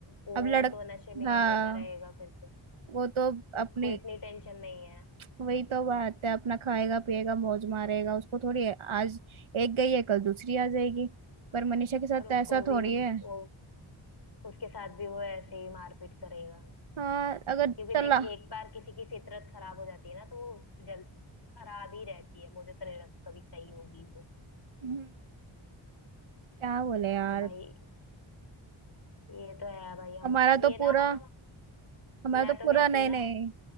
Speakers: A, on the left; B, on the right.
A: वो
B: अब लड़क
A: तो नशे में ही
B: हाँ
A: हमेशा रहेगा फिर तो
B: वो तो
A: उसको
B: अपनी
A: इतनी टेंशन नहीं है
B: वही तो बात है अपना खाएगा पिएगा मौज मारेगा उसको थोड़ी है, आज एक गई है कल दूसरी आ जाएगी पर मनीषा के साथ
A: और उसको
B: तो ऐसा
A: भी
B: थोड़ी है
A: वो उसके साथ भी वो ऐसे ही मारपीट करेगा
B: हाँ अगर
A: क्योंकि
B: चला
A: देख एक बार किसी की फितरत खराब हो जाती है ना तो वो जल खराब ही रहती है मुझे तो नहीं लगता कभी सही होगी वो
B: हम्म, क्या बोले यार
A: तो भाई ये तो है भाई हम
B: हमारा
A: ये
B: तो
A: ना
B: पूरा
A: मतलब
B: हमारा
A: मैं
B: तो
A: तो
B: पूरा
A: कहती
B: नहीं
A: हूँ ना
B: नहीं